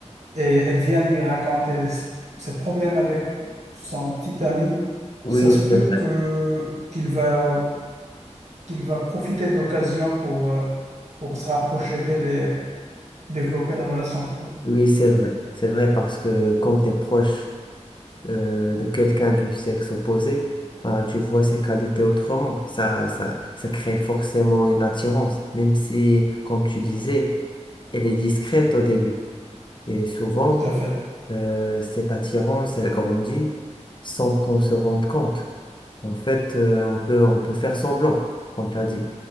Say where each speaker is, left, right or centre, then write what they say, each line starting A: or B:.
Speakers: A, on the right; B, on the left.
A: Et elle vient lui raconter des- ses problèmes avec son petit ami.
B: Oui,
A: Ça se peut
B: c'est vrai.
A: que qu'il va qu'il va profiter de l'occasion pour euh, pour se rapprocher d'elle et développer la relation entre eux.
B: Oui, c'est vrai. C'est vrai parce que quand tu es proche euh, de quelqu'un du sexe opposé, euh, tu vois ses qualités autrement. Ça, ça, ça crée forcément une attirance, même si, comme tu disais, elle est discrète au début. Et souvent,
A: Tout à fait,
B: euh, cette attirance, elle grandit sans qu'on se rende compte. En fait, euh, on peut, on peut faire semblant, comme tu as dit.